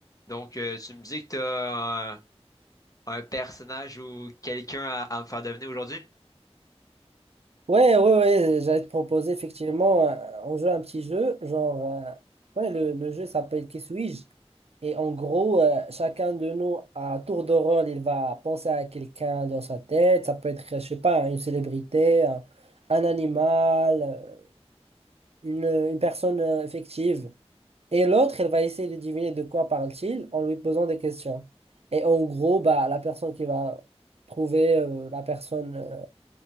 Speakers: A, on the left (about 35°); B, on the right (about 65°).
A: Donc, euh, tu me dis que t'as un, un personnage ou quelqu'un à, à me faire deviner aujourd'hui?
B: Ouais, ouais, ouais, j'allais te proposer effectivement, euh, on joue à un petit jeu, genre, euh, ouais, le, le jeu s'appelle Qui suis-je? Et en gros, euh, chacun de nous, à tour de rôle, il va penser à quelqu'un dans sa tête, ça peut être, je sais pas, une célébrité, un, un animal, euh, une, une personne euh, fictive. Et l'autre, elle va essayer de deviner de quoi parle-t-il en lui posant des questions. Et en gros, bah, la personne qui va trouver euh, la personne. euh,